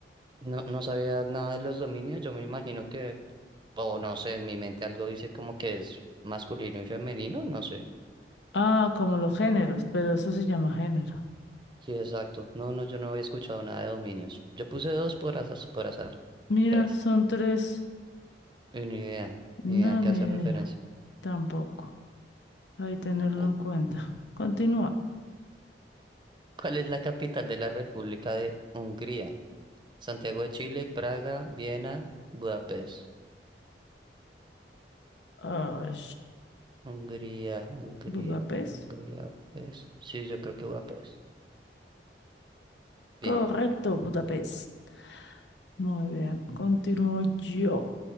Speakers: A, on the right (about 25°); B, on the left (about 85°).
A: No, no sabía nada de los dominios. Yo me imagino que, o no sé, en mi mente algo dice como que es masculino y femenino, no sé.
B: Ah, como los géneros, pero eso se llama género.
A: Sí, exacto. No, no, yo no había escuchado nada de dominios. Yo puse dos por azar, por azar.
B: Mira,
A: Tres.
B: son tres.
A: Y ni idea,
B: No,
A: ni idea a qué
B: ni
A: hace
B: idea.
A: referencia.
B: Tampoco. Hay que tenerlo
A: Cu-
B: en cuenta. Continúa.
A: ¿Cuál es la capital de la República de Hungría? Santiago de Chile, Praga, Viena, Budapest.
B: Ay,
A: Hungría, Hungría,
B: Budapest.
A: Hungría, Budapest. Sí, yo creo que Budapest. Bien,
B: Correcto, Budapest. Muy bien, continúo yo.